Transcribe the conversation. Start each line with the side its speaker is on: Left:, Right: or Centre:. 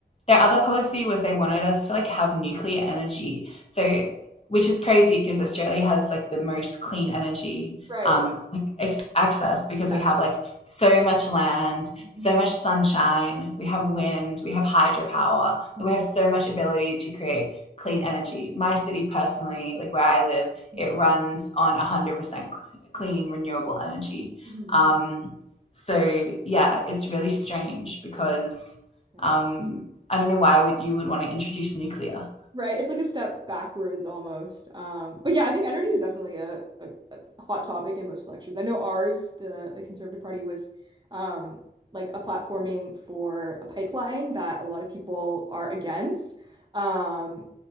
Left: Their other policy was they wanted us to like have nuclear energy. So, which is crazy because Australia has like the most clean energy
Right: Right.
Left: um like ex- access because
Right: Yes.
Left: we have like so much land,
Right: Mhm.
Left: so much sunshine, we have wind, we have hydropower.
Right: Mhm.
Left: Like, we have so much ability to create clean energy. My city personally, like where I live,
Right: Mhm.
Left: it runs on 100% clean renewable energy.
Right: Mhm. Mhm.
Left: Um
Right: Mhm.
Left: so yeah, it's really strange because
Right: Right.
Left: um I don't know why would you would want to introduce nuclear.
Right: Right, it's like a step backwards almost. Um, but yeah, I think energy is definitely a, a, a hot topic in most elections. I know ours, the the Conservative Party, was um, like a platforming for a pipeline that a lot of people are against. Um,